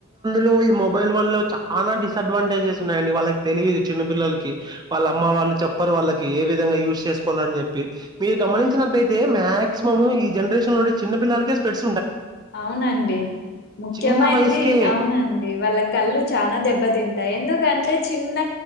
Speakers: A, on the right; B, on the left.
A: లో ఈ మొబైల్ వల్ల చాలా డిస్ అడ్వాంటేజెస్ ఉన్నాయండి వాళ్ళకి తెలియదు చిన్న పిల్లలకి. వాళ్ళ అమ్మ వాళ్ళు చెప్పరు వాళ్ళకి. ఏ విధంగా యూజ్ చేసుకోవాల అని చెప్పి మీరు గమనించినటైతే తే మాక్సిమమ్ ఈ జనరేషన్ లో ఉండే చిన్న పిల్లకే స్ప్రెడ్.
B: అవునండి ముఖ్యమైంది
A: చిన్న వయసుకే
B: అవునండి వాళ్ళ కళ్ళు చాలా దెబ్బ తింటాయి ఎందుకంటే చిన్న